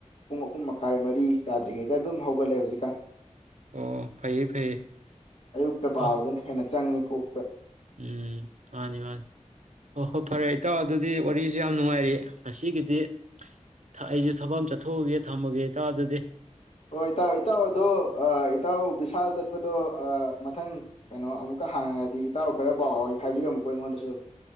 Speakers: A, on the left (about 55°); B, on the right (about 70°).
A: ꯄꯨꯡ ꯑꯍꯨꯝ ꯃꯈꯥꯏ ꯃꯔꯤ ꯇꯥꯗ꯭ꯔꯤꯉꯩꯗ ꯑꯗꯨꯝ ꯍꯧꯒꯠꯂꯦ ꯍꯧꯖꯤꯛꯀꯥꯟ꯫
B: ꯑꯣ ꯐꯩꯌꯦ ꯐꯩꯌꯦ
A: ꯑꯌꯨꯛꯇ ꯄꯥꯕꯗꯨꯅ
B: ꯑꯣ
A: ꯍꯦꯟꯅ ꯆꯪꯉꯤ꯫ ꯀꯣꯛꯄ
B: ꯎꯝ ꯃꯥꯅꯤ ꯃꯥꯅꯤ ꯍꫭ ꯍꯣ ꯐꯔꯦ ꯏꯇꯥꯎ ꯑꯗꯨꯗꯤ ꯋꯥꯔꯤꯁꯨ ꯌꯥꯝ ꯅꯨꯡꯉꯥꯏꯔꯤ ꯉꯁꯤꯒꯤꯗꯤ ꯊ ꯑꯩꯁꯨ ꯊꯕꯛ ꯑꯃ ꯆꯠꯊꯣꯛꯎꯒꯦ ꯊꯝꯃꯒꯦ ꯏꯇꯥꯎ ꯑꯗꯨꯗꯤ꯫
A: ꯍꯣꯏ ꯏꯇꯥꯎ ꯏꯇꯥꯎ ꯑꯗꯣ ꯑ ꯏꯇꯥꯎ ꯕꯤꯁꯥꯜ ꯆꯠꯄꯗꯣ ꯑ ꯃꯊꯪ ꯀꯩꯅꯣ ꯑꯃꯨꯛꯀ ꯍꯥꯡꯉꯛꯑꯗꯤ ꯏꯇꯥꯎ ꯈꯔ ꯄꯥꯎ ꯍꯥꯎ ꯍꯥꯏꯕꯤꯔꯝꯃꯨꯀꯣ ꯑꯩꯉꯣꯟꯗꯁꯨ꯫